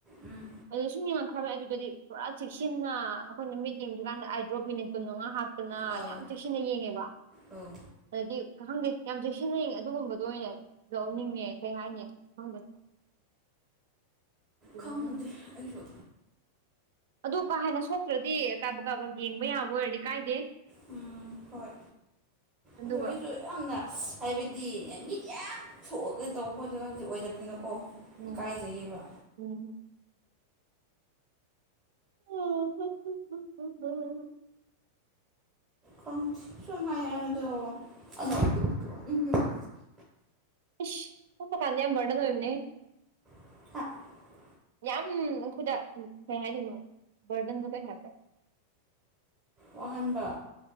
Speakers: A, on the right; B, on the right.
A: ꯎꯝ
B: ꯑꯗꯨꯗ ꯁꯨꯝ ꯌꯦꯡꯉꯛꯈ꯭ꯔꯕ ꯑꯗꯨꯗꯗꯤ꯫ ꯄꯨꯔꯥ ꯆꯦꯛꯁꯤꯟꯅ ꯑꯈꯣꯏꯅ ꯃꯤꯠ ꯌꯦꯡꯗ꯭ꯔꯤꯀꯥꯟꯗ ꯑꯥꯏꯗ꯭ꯔꯣꯞ ꯃꯤꯅꯤꯠ ꯀꯨꯟ ꯃꯉꯥ ꯍꯥꯞ ꯇꯅꯥ
A: ꯑꯥꯎ
B: ꯌꯥꯝ ꯆꯦꯛꯁꯤꯟꯅ ꯌꯦꯡꯉꯦꯕ꯫
A: ꯑꯧ
B: ꯑꯗꯗꯤ ꯈꯪꯗꯦ ꯌꯥꯝ ꯆꯦꯛꯁꯤꯟꯅ ꯌꯦꯡꯉꯦ ꯑꯗꯨꯒꯨꯝꯕꯗ ꯑꯣꯏꯅ꯫ ꯂꯧꯅꯤꯡꯉꯦ ꯀꯩ ꯍꯥꯏꯅꯤ ꯈꯪꯗꯦ꯫ ꯑꯗꯨꯗꯨꯅ
A: ꯈꯪꯗꯦ ꯑꯩꯁꯨ꯫
B: ꯑꯗꯣ ꯀꯥ ꯍꯦꯟꯅ ꯁꯣꯛꯇ꯭ꯔꯗꯤ ꯀꯥꯕꯛ ꯀꯕꯛ ꯌꯦꯡꯕ ꯌꯥꯕ ꯑꯣꯏꯔꯗꯤ ꯀꯥꯏꯗꯦ꯫
A: ꯎꯝ ꯍꯣꯏ
B: ꯑꯗꯨꯒ
A: ꯑꯗꯣ ꯑꯩꯖꯨ ꯌꯥꯝꯅ ꯍꯥꯏꯕꯗꯤ ꯃꯤꯠ ꯌꯥꯝ ꯁꯣꯛꯑꯒ ꯇꯧꯕꯗꯣ ꯍꯥꯏꯕꯗꯤ ꯑꯣꯏꯗꯕꯅꯤꯅꯀꯣ꯫
B: ꯎꯝ
A: ꯏꯀꯥꯏꯖꯩꯌꯦꯕ
B: ꯎꯝ꯫ <unintelligible>
A: ꯈꯪꯗꯦ ꯁꯨꯝ ꯍꯥꯏ ꯍꯥꯏꯔ ꯑꯗꯣ ꯑꯅꯣꯛꯇꯤ ꯎꯞꯇꯤ ꯎꯞꯅꯤꯡꯗꯦꯗ꯫
B: ꯏꯁ ꯎꯞꯄ ꯀꯥꯟꯗ ꯌꯥꯝ ꯕꯔꯗꯟ ꯑꯣꯏꯕꯅꯦ꯫
A: <unintelligible>
B: ꯌꯥꯝ ꯑꯩꯈꯣꯏꯗ ꯀꯩ ꯍꯥꯏꯗꯣꯏꯅꯣ ꯕꯔꯗꯟꯗꯣ ꯀꯩ ꯍꯥꯏꯕ꯭ꯔꯥ꯫
A: ꯋꯥꯍꯟꯕ꯫